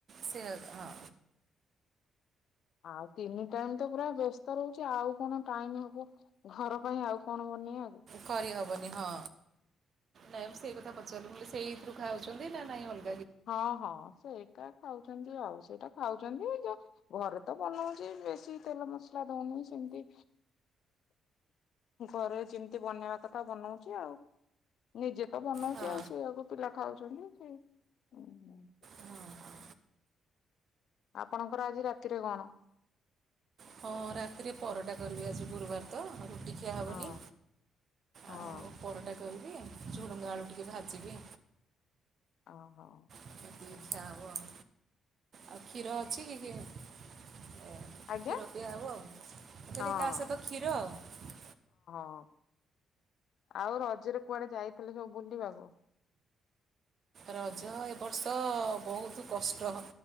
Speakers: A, on the right; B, on the left.
A: ସେୟା।
B: ଆଉ ତିନି ଟାଇମ ତ ପୁରା ବ୍ୟସ୍ତ ରହୁଛି, ଆଉ କଣ ଟାଇମ ହବ ଘର ପାଇଁ ଆଉ କଣ ବନିଇବାକୁ।
A: କରି ହବନି ହଁ। ପଚାରିଲୁ ବୋଲି ସେଇଥିରୁ ଖାଉଛନ୍ତି ନା ନାହିଁ ଅଲ
B: ହଁ ହଁ ସେଇଟା ଖାଉଛନ୍ତି ଆଉ, ସେଇଟା ଖାଉଛନ୍ତି ଯଉ ଘରେ ତ ବନଉଛି ବେଶୀ ତେଲ ମସଲା ଦଉନି ସେମତି ଘରେ ଯେମିତି ବନେଇବା କଥା ବନଉଛି ଆଉ, ନିଜେ ତ ବନଉଛି
A: ହଁ
B: ଆଉ ସେଆକୁ ପିଲା ଖାଉଛନ୍ତି, ସେ
A: ହଁ ହଁ।
B: ଆପଣଙ୍କର ଆଜି ରାତିରେ କଣ?
A: ହଁ ରାତିରେ ପରଟା କରିବି ଆଜି ଗୁରୁବାର ତ। କିଛି ଖିଆ ହେବନି
B: ହଁ ହଁ
A: ଆଉ ପରଟା କରିବି ଆଉ ଝୁଡ଼ଙ୍ଗ ଆଳୁ ଟିକେ ଭାଜିବି।
B: ଓ ହୋ,
A: ଏତିକି
B: ହ
A: ଖିଆ ହବ ଆଉ। ଆଉ କ୍ଷୀର ଅଛି କି, କ୍ଷୀର
B: ଆଜ୍ଞା
A: ପିଆ ହବ ଆଉ। କ୍ଷୀରି
B: ହଁ
A: ତା ସହିତ କ୍ଷୀର ଆଉ।
B: ହ ଆଉ ରଜରେ କୁଆଡେ ଯାଇଥିଲେ ସବୁ ବୁଲିବାକୁ?
A: ରଜ ଏ ବର୍ଷ ବହୁତ କଷ୍ଟ,